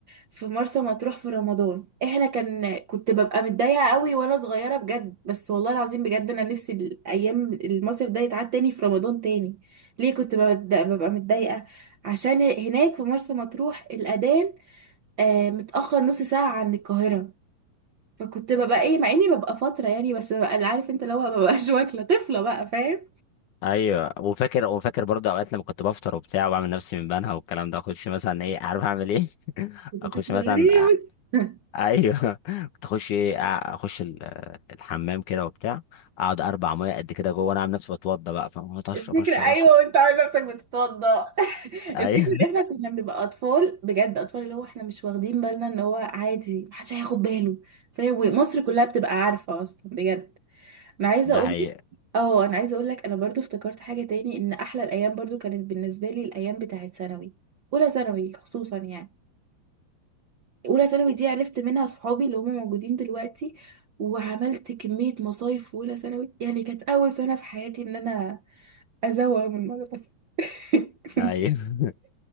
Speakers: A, on the right; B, on the left.
A: في مرسى مطروح في رمضان احنا كان كنت ببقى متضايقه قوي وانا صغيره بجد بس والله العظيم بجد انا نفسي الايام المصيف ده يتعاد تاني في رمضان تاني ليه كنت ببد- ببقى متضايقه عشان هناك في مرسى مطروح الاذان آه متاخر نص ساعه عن القاهره فكنت ببقى ايه مع اني ببقى فتره يعني بس ببقى عارف انت اللي هو مببقاش واكله طفله بقى فاهم
B: ايوه وفاكر وفاكر برضه اوقات لما كنت بفطر وبتاع وبعمل نفسي من بنها والكلام ده اخش مثلا ايه عارف اعمل ايه <laughs>
A: كنت
B: اخش
A: طفل
B: مثلا
A: غريب
B: أ-
A: <laughs>
B: ايوه <laughs> كنت اخش ايه أ- اخش ال- الحمام كده وبتاع اقعد اربع ميه قد كده جوه وانا عامل نفسي بتوضى بقى فاهم أقعد اشرب
A: الفكرة
B: اشرب
A: أيوة
B: اشرب
A: وأنت عامل نفسك بتتوضأ <laughs>
B: ايوه
A: الفكرة إن إحنا كنا بنبقى أطفال بجد أطفال اللي هو إحنا مش واخدين بالنا إن هو عادي محدش هياخد باله فاهم ومصر كلها بتبقى عارفة أصلا بجد أنا عايزة
B: <laughs> ده
A: أقول
B: حقيقة
A: لك أه أنا عايزة أقول لك أنا برضو افتكرت حاجة تاني إن أحلى الأيام برضو كانت بالنسبة لي الأيام بتاعة ثانوي أولى ثانوي خصوصا يعني أولى ثانوي دي عرفت منها صحابي اللي هم موجودين دلوقتي وعملت كمية مصايف في أولى ثانوي يعني كانت أول سنة في حياتي إن أنا أزوغ من المدرسة <laughs>
B: ايوه <laughs>